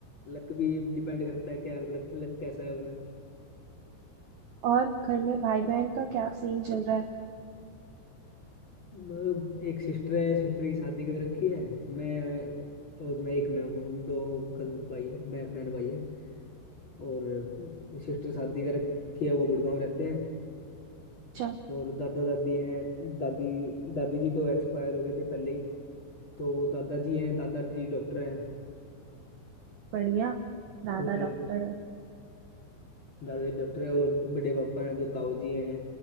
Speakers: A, on the left; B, on the right.
A: लक भी डिपेंड करता है क्या लक लक कैसा है बना
B: और घर में भाई बहन का क्या सीन चल रहा है
A: म- एक सिस्टर है सिस्टर की शादी कर रखी है मैं और मैं एक मैं हूँ हम दो कज- भाई हैं मैं बहन भाई हैं और सिस्टर शादी कर रखी है वो गुड़गांव रहते हैं
B: अच्छा
A: और दादा दादी हैं दादी दादी जी तो एक्सपायर हो गए थे पहले ही तो दादाजी हैं दादाजी डॉक्टर हैं
B: बढ़िया दादा
A: और
B: डॉक्टर है
A: दादाजी डॉक्टर हैं और बड़े पापा हैं जो ताऊ जी हैं